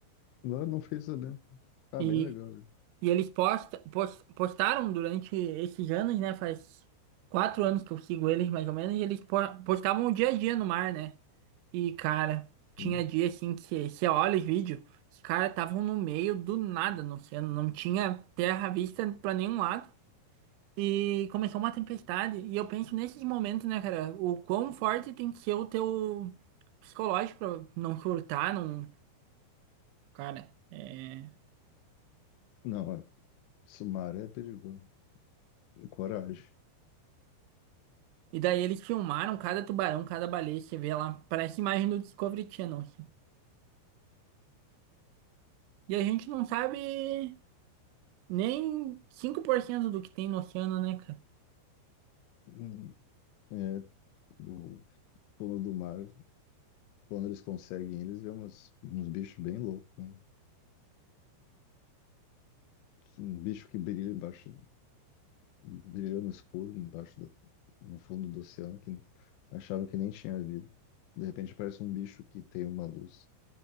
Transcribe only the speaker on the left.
Lá não fiquei sabendo. Ah,
bem legal. viu?
Hum.
Não, é. Isso, mar é perigoso. Coragem.
Hum. É, o fundo do mar Quando eles conseguem, eles vê uns, uns bichos bem loucos, né? Um bicho que brilha embaixo, brilha no escuro, embaixo do, no fundo do oceano, que achava que nem tinha vida. De repente aparece um bicho que tem uma luz,